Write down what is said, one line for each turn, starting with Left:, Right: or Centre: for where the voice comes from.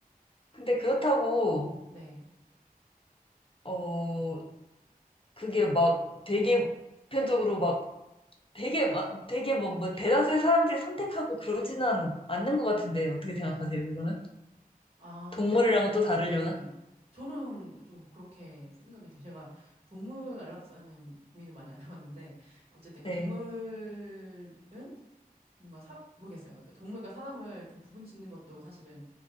Left: 근데 그렇다고,
Right: 네.
Left: 어, 그게 막 되게 보편적으로 되게 막 되게 뭐 뭐 대다수의 사람들이 선택하고 그러지는 않는 것 같은데 어떻게 생각하세요 그거는?
Right: 아,
Left: 동물이랑은
Right: 근데,
Left: 또 다르려나?
Right: 예. 저는 좀 그렇게 생각이 돼요. 제가 동물 안락사는 고민을 많이 안 해봤는데, 어쨌든 그
Left: 네,
Right: 동물은 뭔가 사, 모르겠어요. 그러니까 동물과 사람을 좀 구분 짓는 것도 사실은